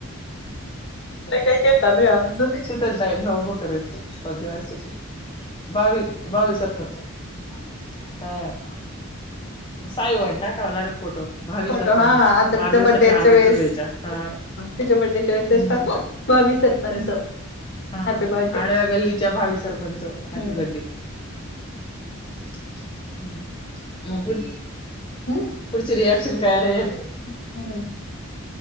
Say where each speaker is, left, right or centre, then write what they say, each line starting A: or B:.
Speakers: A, on the left (about 55°); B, on the left (about 20°).
A: लय काय काय चालू आमच.
B: ना उभं करायचं बावी बावी सरपंच. हा सायबा वाणी टाकावा लागेल फोटो. भावी
A: फोटो
B: सरपंचा
A: हा आता तिच्या
B: वाढदिवसाच्या
A: बड्डेच्या
B: हार्दिक
A: वेळेस
B: शुभेच्छा हा
A: तिच्या बडडेच्या वेळेस
B: हम्म
A: तेच टाकू. बावी सरपंच.
B: तेच हा
A: हॅपी बर्थडे
B: आणिड्या गल्लीच्या भावी सरपंच हॅपी
A: हम्म
B: बडडे. <unintelligible> मग पुढ
A: हम्म
B: पुढची रियाक्शन काय राहील.
A: हम्म